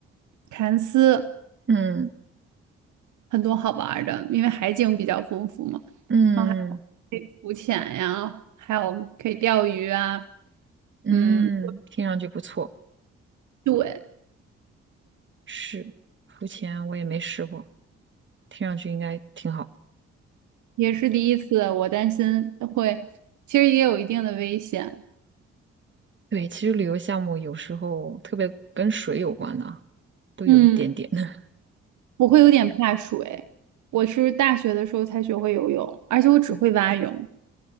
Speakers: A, on the right; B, on the right.
A: 凯恩斯。
B: 嗯嗯
A: 很多好玩儿的，因为海景比较丰富嘛，
B: 嗯
A: 然后还可以浮潜呀，还有可以钓鱼啊，
B: 嗯，
A: 嗯，
B: 听上去不错。
A: 对，
B: 是，浮潜我也没试过，听上去应该挺好。
A: 也是第一次，我担心会，其实也有一定的危险，
B: 对，其实旅游项目有时候特别跟水有关的啊，都有一点点。
A: 嗯，
B: <laughs>
A: 我会有点怕水，我是大学的时候才学会游泳，而且我只会蛙泳，